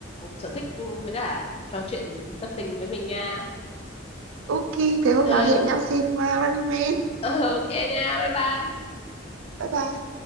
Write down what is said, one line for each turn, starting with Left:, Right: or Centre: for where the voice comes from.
Left: sở thích ừ, với cả trò chuyện tâm tình với mình nha
Right: ok thế hôm
Left: ừ,
Right: nào hẹn nhau xem ờ, Running Man
Left: <laughs> ok nha bye bye
Right: bye bye